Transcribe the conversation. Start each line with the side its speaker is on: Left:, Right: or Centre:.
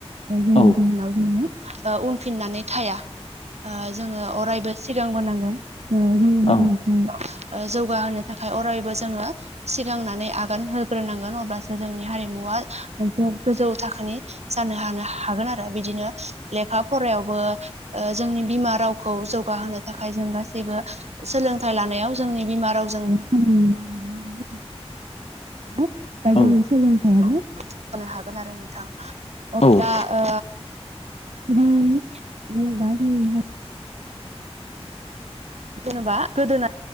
Right: <inaudible> जायनि
Left: औ
Right: जाहोनाव ओ जोङो उनफिननानै थाया जोङो अरायबो सिगांबोनांगोन ओ जोंनि हारिमखौ
Left: औ
Right: ओ जौगाहोनो थाखाय अरायबो जोङो सिगांनानै आगान होग्रोनांगोन अब्लासो जोंनि हारिमुआ मोनसे गोजौ थाखोनि जानो हानो हागोन आरो बिदिनो लेखा फरायावबो ओ‌ जोंनि बिमा रावखौ जौगाहोनो थाखाय जों गासैबो जेबो सोलोंथाइ लानायाव जोंनि बिमा रावजों <unintelligible> बा जोंनि
Left: औ
Right: सोलोंथाइयाबो मावनो हागोन आरो नोंथां
Left: औ
Right: आ ओ बै जेनेबा जोंनि जेन'बा गोदोना